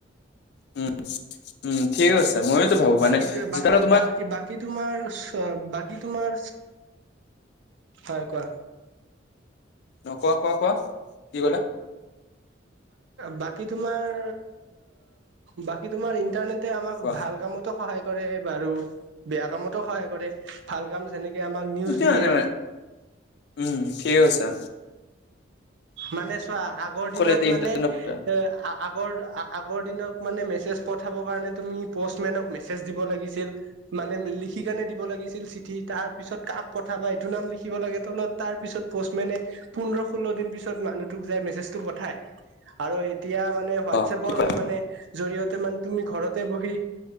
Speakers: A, on the left; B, on the right.
A: উম উম ঠিক আছে। ময়োতো ভাবো
B: বাকী
A: মানে যিতালে তোমাৰ
B: বাকী বাকী তোমাৰ বাকী তোমাৰ। হয় কোৱা।
A: অ কোৱা কোৱা কোৱা কি কলো।
B: বাকী তোমাৰ বাকী তোমাৰ ইন্টাৰনেটে আমাক
A: কোৱা
B: ভাল কামতো সহায়। কৰে বাৰু বেয়া কামতো সহায় কৰে, ভাল কাম যেনেকে,। আমাক নিউজ
A: যা
B: দিয়ে
A: নে উম ঠিক কৈছা
B: মানে চোৱা, আগৰ দিনত
A: এতিয়া ইণ্টাৰনেট
B: মানে এ
A: কথা
B: আগৰ আ। আগৰ দিনত মানে মেছেজ পঠাবৰ কাৰণে তুমি। প'ষ্টমেনক মেছেজ দিব লাগিছিল। মানে লিখি কাৰনে দিব লাগিছিল। চিঠি তাৰ পিছত কাক পঠাবা এইটো নাম লিখিব লাগে তলত তাৰ পিছত পোষ্টমেনে পোন্ধৰ ষোল্ল দিন পিছত। মানুহটোক যে মেছেজটো পঠাই আৰু। এতিয়া মানে হোৱাটছএপৰ
A: অ ঠিক হয়
B: মানে। জৰিয়তে মানে তুমি ঘৰতে বহি